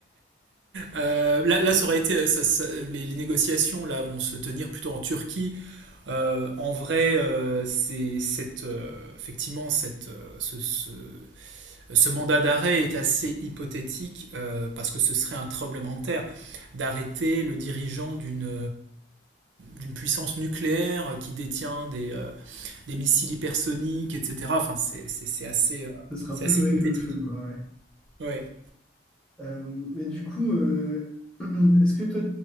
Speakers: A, on the right (about 80°); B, in the centre.
A: Euh, là, là, ça aurait été, ça- ça- les, les négociations là vont se tenir plutôt en Turquie. Euh, en vrai, euh, c'est cette, euh, effectivement, cette, euh, ce, ce- Ce mandat d'arrêt est assez hypothétique euh, parce que ce serait un tremblement de terre d'arrêter le dirigeant d'une d'une puissance nucléaire qui détient des, euh, des missiles hypersoniques, etc. Enfin, c'est c'est- c'est assez, euh,
B: Ce serait
A: c'est
B: un peu
A: assez
B: jouer
A: hypothétique.
B: avec le feu, quoi. ouais.
A: Ouais.
B: Euh, mais du coup, euh, <clears throat> est-ce que toi,